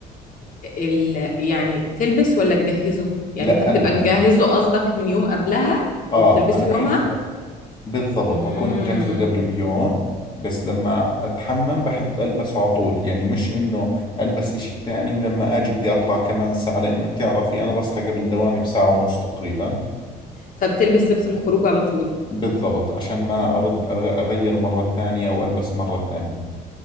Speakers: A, on the left; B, on the left.
A: ال... يعني تلبس ولا تجهزه يعني
B: لا
A: انت بتبقى
B: البس
A: تجهزه قصدك من يوم قبلها
B: اه
A: وبتلبسه
B: انا بحب
A: يومها
B: بالضبط
A: امم
B: بكون مجهزه قبل بيوم بس لما اتحمم بحب البسه على طول يعني مش انه البس اشي ثاني ولما اجي بدي اطلع كمان ساعة لانه انت تعرفي انا بصحى قبل دوامي بساعة ونص تقريبا
A: فبتلبس لبس الخروج على طول
B: بالضبط عشان ما ارد أغ- اغير مرة ثانية والبس مرة ثانية